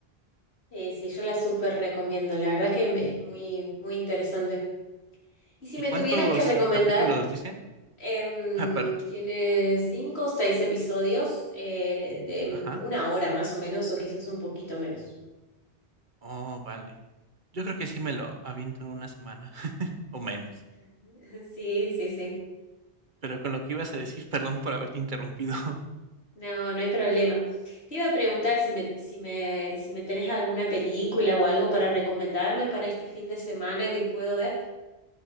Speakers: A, on the left; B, on the right.
A: Eh, sí, yo la súper recomiendo, la verdad que me- es muy, muy interesante. Y si
B: ¿Y
A: me
B: cuántos
A: tuvieras que recomendar
B: capítulos dicen?
A: Em,
B: <laughs> Ah, perdón.
A: tiene cinco o seis episodios eh, de
B: ajá.
A: una hora más o menos, o quizás un poquito menos.
B: Oh, vale. Yo creo que sí me lo aviento en una semana <laughs> o menos.
A: <laughs> Sí, sí, sí.
B: Pero con lo que ibas a decir, <laughs> perdón por haberte interrumpido. <laughs>
A: No, no hay problema. Te iba a preguntar si me, si me, si me tenés alguna película o algo para recomendarme para este fin de semana que puedo ver.